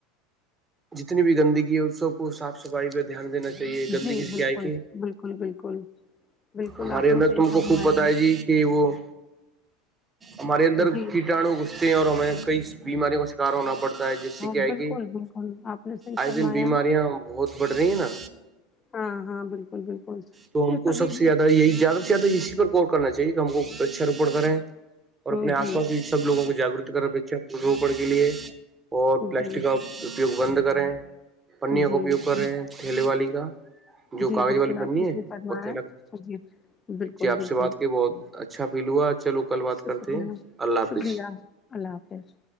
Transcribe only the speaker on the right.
جتنی بھی گندگی ہے اس سب کو صف صفائی پہ دھیان دینا چاہیے تو یہ
گندگی سے
کیا ہے کہ
ہمارے
اندر
تم
کو خوب پت ہے جی کہ وہ ہمارے
اندر
کیٹانو گھستے ہیں اور ہمیں کئی بیماریوں کا شکار ہونا پڑتا ہوتا ہے جس سے
کیا ہے
کہ
آئے
دن بیماریاں
بہت بڑھ رہی ہیں نا
تو
ہم کو
سب سے زیادہ یہی زیادہ سے زیادہ اسی پر ور کرنا چاہیے کہ ہم کو اچھا روپٹ کریں اور اپنے
آس پاس سب لووں کو جاگرک کرنا بچے روپن کے لیے اور پلاسٹک
کا اپوگ بند کرے پنیا
کا اپیوگ
کر رہے ہیں تھیلے والی کا جو
کاغذ
والی پنی
ہے
اور ت
جی آپ
سے بات کی ب اچھا فیل ہوا چلو کل بات
کرتے ہیں اللہ حافظ